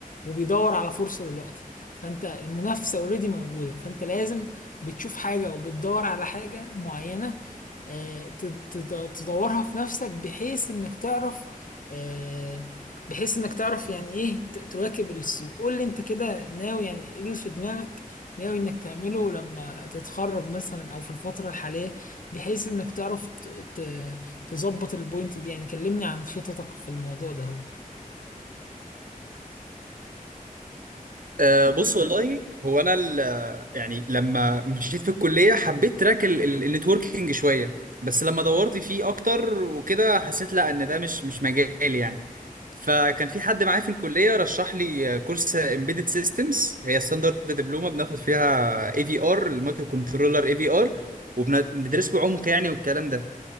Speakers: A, on the left (about 65°); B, on the right (about 65°).
A: وبيدور على فرصة دلوقتي فانت المنافسة اوريدي موجودة فانت لازم بتشوف حاجة او بتدور على حاجة معينة آه، تد- تد- تدورها في نفسك بحيث انك تعرف آه، بحيث انك تعرف يعني ايه ت- تواكب السوق قول لي انت كده ناوي يعني ايه اللي في دماغك ناوي انك تعمله لما تتخرج مثلا او في الفترة الحالية بحيث انك تعرف ت- ت- تظبط البوينت دي يعني كلمني عن خططك في الموضوع ده هو
B: أه بص والله هو انا ال- يعني لما مشيت في الكليه حبيت تراك ال- ال- النتوركينج شويه بس لما دورت فيه اكتر وكده حسيت لا ان ده مش مش مجالي يعني فكان في حد معايا في الكليه رشح لي كورس امبيدد سيستمز هي ستاندرد دبلومه بناخد فيها اي في ار المايكرو كنترولر اي في ار وبندرسه بعمق يعني والكلام ده